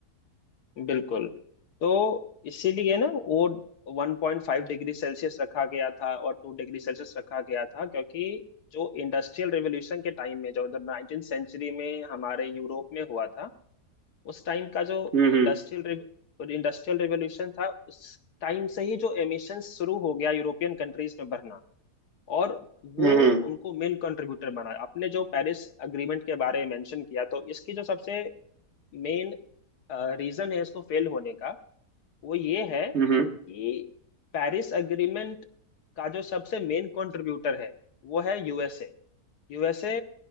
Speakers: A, on the left (about 75°); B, on the right (about 45°).
A: बिल्कुल तो इसीलिए ना वो 1.5 डिग्री सेल्सियस रखा गया था और 2 डिग्री सेल्सियस रखा गया था क्योंकि जो इंडस्ट्रियल रेवोल्यूशन के टाइम में जो उधर नाइनटीन सेंचुरी में हमारे यूरोप में हुआ था उस टाइम का जो
B: हम्म हम्म
A: इंडस्ट्रियल इंडस्ट्रियल रेवोल्यूशन था उस टाइम से ही जो एमिशन शुरू हो गया यूरोपियन कंट्रीज में भरना और वो
B: हम्म
A: उनको मेन कंट्रीब्यूटर बना आपने जो पेरिस अग्रीमेंट के बारे में मेंशन किया तो इसकी जो सबसे मेन रीजन है इसको फेल होने का वो ये है
B: हम्म हम्म
A: कि पेरिस एग्रीमेंट का जो सबसे मेन कंट्रीब्यूटर है वो है USA USA